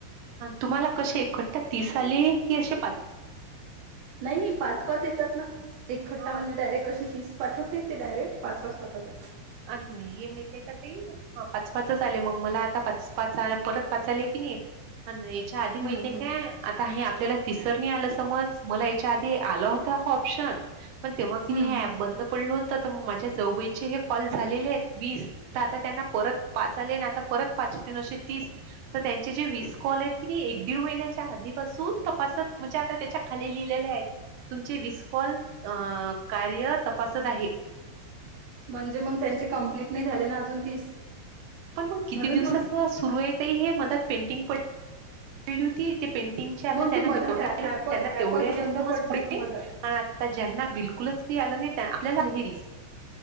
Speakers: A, on the right; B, on the right.
A: तुम्हाला कसे एकखट्टा तीस आले की अशे
B: नाही नाही पाच पाच येतात ना एक खट्टा
A: हां.
B: म्हणजे डायरेक्ट असे तीस पाठवत नाही ते डायरेक्ट पाच-पाच पाठवतात.
A: आणि हे माहितय का ते हा पाच-पाच आले मग मला आता पाच-पाच परत पाच आले की नाही? पण याच्या आधी
B: हम्म
A: माहितीय
B: हम्म
A: काय? आता हे आपल्याला तिसरणी आलं समज मला याच्या आधी आला होता ऑप्शन. पण तेव्हा की
B: हम्म
A: नाही हे
B: हम्म
A: ऍप बंद पडलं होतं तर मग माझ्या जावूबाईचे हे कॉल झालेलेयत वीस. तर आता त्यांना परत पाच आले ना आणि आता परत पाच येतीन अशे तीस तर त्यांचे जे वीस कॉल आहेत की नी एक दीड महिन्याच्या आधीपासून तपासत म्हणजे आता त्याच्या खाली लिहिलेले आहे तुमचे वीस कॉल अ कार्य तपासत आहे.
B: म्हणजे मग त्यांचे कंमप्लीट नाही झाले ना अजून तीस
A: पण मग किती
B: म्हणून
A: दिवसा
B: मग
A: सुरू य ते हे म पेंडिग पड <unintelligible> ती पेंडिगचे आता
B: मग
A: त्यांना
B: ते मधात
A: जेवढे आलेत
B: ऍप ऍपच
A: त्यांना तेवढे आलेत
B: बंद
A: आता
B: पडलं
A: पुढे
B: होतं मधात
A: आता ज्यांना बिलकुलच काही आलं नाही आले आपल्याला हेरीस.